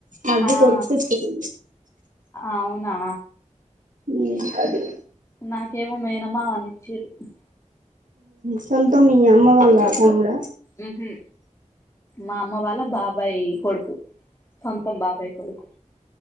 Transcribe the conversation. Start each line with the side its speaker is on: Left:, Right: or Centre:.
Right: మర్ది
Left: ఆ
Right: కొ <unintelligible>
Left: అవునా
Right: ఉ అదే
Left: నాకేమో మేనమమా <unintelligible>
Right: సొంతమి అమ్మ వాళ్ళ తమ్ముడ
Left: ఉహు మా అమ్మ వాళ్ళ బాబాయ్ కొడుకు సొంతం బాబాయ్ కొడుకు